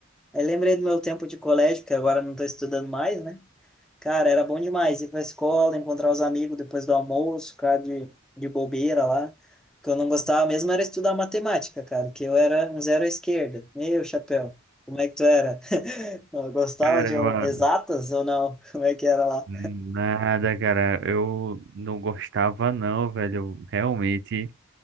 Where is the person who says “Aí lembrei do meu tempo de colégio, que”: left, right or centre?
Centre